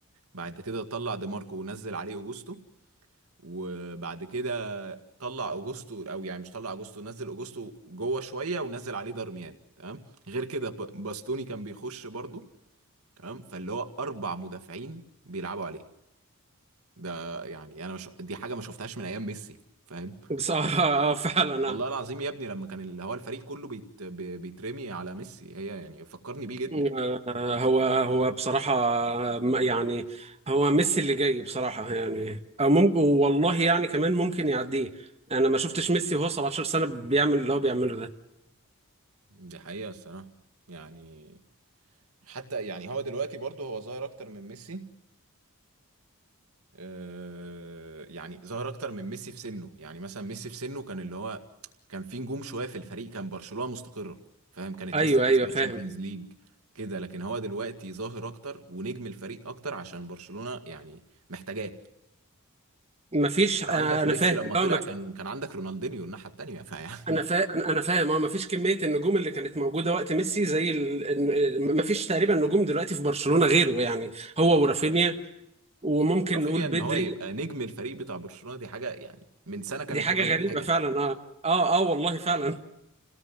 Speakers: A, on the right; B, on the right.
A: بعد كده طلع ديماركو ونزل عليه اوجوستو وبعد كده طلع اوجوستو او يعني مش طلع اوجوستو نزل اوجوستو جوه شويه ونزل عليه دارميان تمام غير كده ب- باستوني كان بيخش برضه تمام فاللي هو اربع مدافعين بيلعبوا عليه ده يعني انا مش دي حاجه ما شفتهاش من ايام ميسي فاهم
B: بس <laughs> آه فعلا
A: والله العظيم يا ابني لما كان اللي هو الفريق كله بيت... بي- بيترمي على ميسي هي يعني فكرني بيه جدا
B: آه هو هو بصراحة م- يعني هو ميسي اللي جاي بصراحة يعني أو ممكن والله يعني كمان ممكن يعديه أنا ما شفتش ميسي وهو 17 سنة بيعمل اللي هو بيعمله ده
A: دي حقيقة الصراحة يعني حتى يعني هو دلوقتي برضه هو ظاهر اكتر من ميسي آه، يعني ظهر اكتر من ميسي في سنه يعني مثلا ميسي في سنه كان اللي هو كان في نجوم شويه في الفريق كان برشلونه مستقره فاهم كانت
B: أيوه
A: لسه كاسبه
B: أيوه فاهم
A: تشامبيونز ليج كده لكن هو دلوقتي ظاهر اكتر ونجم الفريق اكتر عشان برشلونه يعني محتاجاه
B: مفيش
A: انت
B: آه،
A: عندك
B: أنا
A: ميسي
B: فاهم
A: لما طلع
B: لا
A: كان كان عندك رونالدينيو الناحيه التانيه فيعني
B: انا فا...
A: <laughs>
B: انا أنا فاهم اه مفيش كميه النجوم اللي كانت موجوده وقت ميسي زي ال... ال- مفيش تقريبا نجوم دلوقتي في برشلونه غيره يعني هو ورافينيا وممكن
A: رافينيا
B: نقول بدري
A: ان هو يبقى نجم الفريق بتاع برشلونه دي حاجه يعني من سنه كانت
B: دي حاجه
A: تبان مضحكه
B: غريبه فعلا اه اه اه والله فعلا